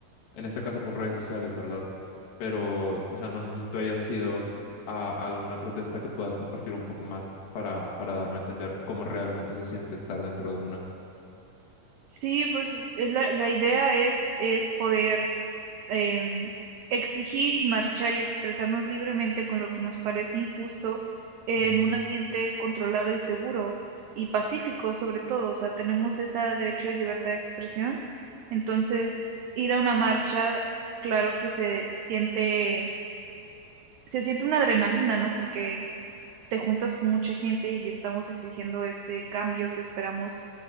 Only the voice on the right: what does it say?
Sí, pues es- la, la idea es, es poder em, exigir y marchar y expresarnos libremente con lo que nos parece injusto en
un ambiente controlado y seguro y pacífico sobre todo. O sea, tenemos ese derecho de libertad de expresión. Entonces, ir a una marcha, claro que se siente, se siente una adrenalina, ¿no? Porque te juntas con mucha gente y estamos exigiendo este cambio que esperamos